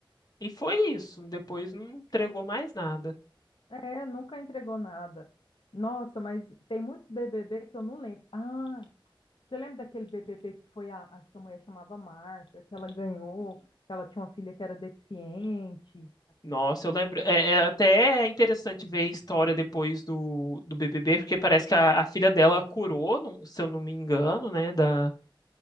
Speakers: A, on the left (about 45°); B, on the left (about 65°).
A: e foi isso. Depois não entregou mais nada.
B: É, nunca entregou nada. Nossa, mas tem muitos BBB que eu não lembro. Ah, você lembra daquele BBB que foi a, acho que a mulher chamava Márcia, que ela ganhou, que ela tinha uma filha que era deficiente?
A: Nossa, eu lembro. É, é até é interessante ver a história depois do, do BBB, porque parece que a, a filha dela curou, não- se eu não me engano, né, da,